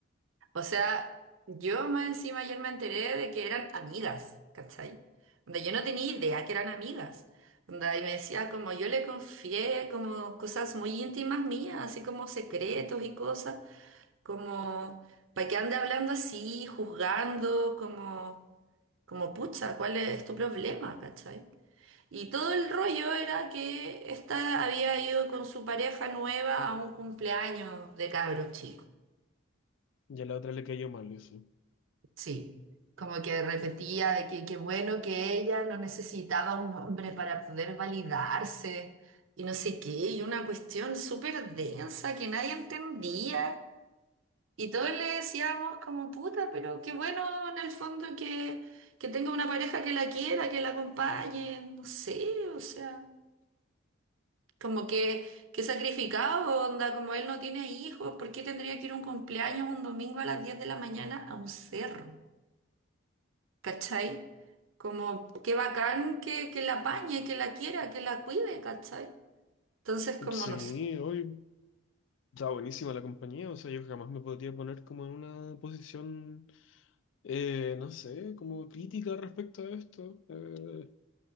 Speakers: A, on the right; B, on the left.
A: o sea, yo más encima ayer me enteré de que eran amigas, ¿cachai? Donde yo no tenía idea que eran amigas. Onda, y me decía como yo le confié como cosas muy íntimas mías, así como secretos y cosas, como para que ande hablando así, juzgando, como... Como, pucha, ¿cuál es tu problema? ¿Cachai? Y todo el rollo era que esta había ido con su pareja nueva a un cumpleaños de cabros chicos.
B: Ya a la otra le cayó mal eso.
A: Sí. Como que repetía de que qué bueno que ella no necesitaba un hombre para poder validarse y no sé qué, y una cuestión súper densa que nadie entendía. Y todos le decíamos como puta, pero qué bueno en el fondo que, que tenga una pareja que la quiera, que la acompañe, no sé, o sea, como que, que sacrificado, onda, como él no tiene hijos, ¿por qué tendría que ir a un cumpleaños un domingo a las 10 de la mañana a un cerro? ¿Cachai? Como qué bacán que, que la apañe, que la quiera, que la cuide, ¿cachai? Entonces, como
B: Sí,
A: no sé.
B: hoy está buenísima la compañía, o sea, yo jamás me podría poner como en una posición, eh, no sé, como crítica respecto a esto. eh,